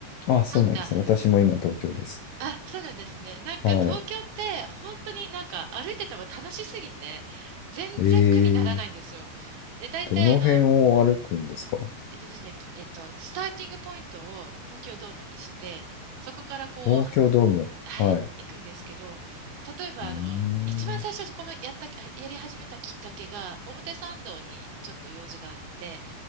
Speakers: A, on the left; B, on the right.
A: あ、そうなんですね。
B: なんか、
A: 私も今東京です。
B: あ、そうなんですね。なんか東京って本当になんか歩いてても楽しすぎて、
A: はい。
B: 全然苦にならないんですよ。
A: ええ
B: で、大体あの、
A: どの辺を歩くんですか
B: えっとですね、きえっと、スターティングポイントを東京ドームにして、そこからこう、
A: 東京ドーム。
B: はい、
A: はい。う
B: 行くんですけど、例えばあの、
A: ーん。
B: 一番最初、このやった、やり始めたきっかけが、表参道にちょっと用事があって、